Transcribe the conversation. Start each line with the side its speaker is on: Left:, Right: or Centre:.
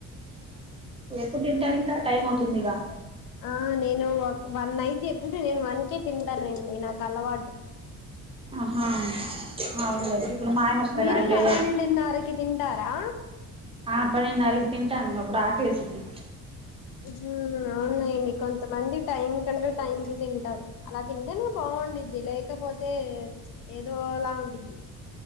Right: పుట్టింట ఇంకా టైం అవుతుంది ఇగా
Left: ఆ నేను వన్ ఐదు ఎప్పుడు నేను వన్కే తింటానండి నాకు అలవాటు
Right: ఆహా అవులేండి ఇప్పుడు మా ఆయన వస్తారు
Left: మీరు
Right: అంటేయ
Left: పన్నెండున్నరకి తింటారా
Right: ఆ పనిరకి తింటా అ కూడా ఆకలే సిద్ది
Left: హ అవును ఏమ కొంత బంది టైం క అ తింటారు అలా తింటేనే బాగుంద్ది లేకపోతే ఏదోలా ఉంటిది